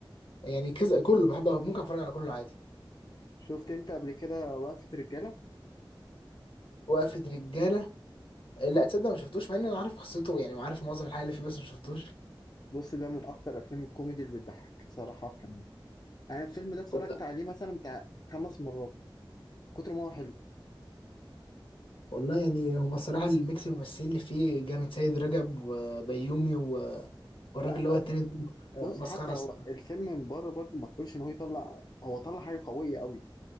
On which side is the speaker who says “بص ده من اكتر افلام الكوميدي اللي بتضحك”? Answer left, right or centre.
Left